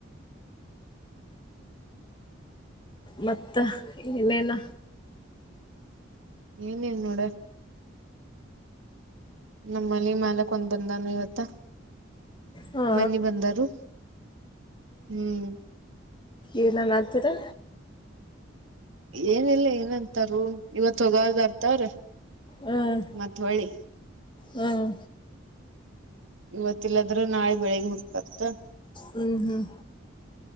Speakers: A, on the left; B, on the right.
A: ಮತ್ತ ಏನೇನ.
B: ಏನಿಲ್ಲ ನೋಡ. ನಮ್ಮನಿ ಮಾಲಕ್ ಒಂದ್ ಬಂದಾನು ಇವತ್ತ
A: ಹಾ
B: ಮನ್ನಿ ಬಂದಾರು. ಹ್ಮ್.
A: ಏನ ಅನಾತಿರು.
B: ಏನ ಇಲ್ಲ ಏನಂತಾರ ಇವತ್ತ ಹೋಗಾರದಾರ. ತ್ತಾರ
A: ಹ್ಮ್
B: ಮತ್ ಹೊಳ್ಳಿ.
A: ಹ್ಮ್.
B: ಇವತ್ತಲ್ಲದ್ರೆ ನಾಳೆ ಬೆಳಿಗ್ಗೆ ಹೋಗ್ತಾರತ.
A: ಹ್ಮ್ ಹ್ಮ್.